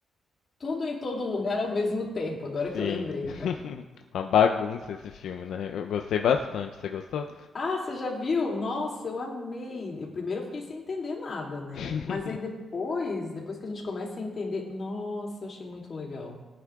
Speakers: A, on the left; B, on the left.
A: Tudo em todo lugar ao mesmo tempo, agora que
B: Sim,
A: eu lembrei,
B: <laughs>
A: tá?
B: uma bagunça esse filme, né? Eu gostei bastante. Você gostou?
A: Ah, você já viu? Nossa, eu amei. Eu primeiro eu fiquei sem entender nada, né?
B: <laughs>
A: Mas aí depois, depois que a gente começa a entender, nossa, eu achei muito legal.